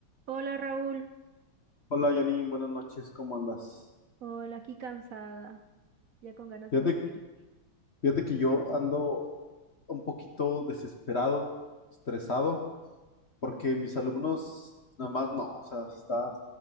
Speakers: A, on the right (about 70°); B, on the left (about 35°).
A: Hola Raúl,
B: Hola Janine, buenas noches, ¿cómo andas?
A: hola, aquí cansada, ya con ganas
B: Fíjate,
A: de dormir.
B: fíjate que yo ando un poquito desesperado, estresado, porque mis alumnos nada más no, o sea, está,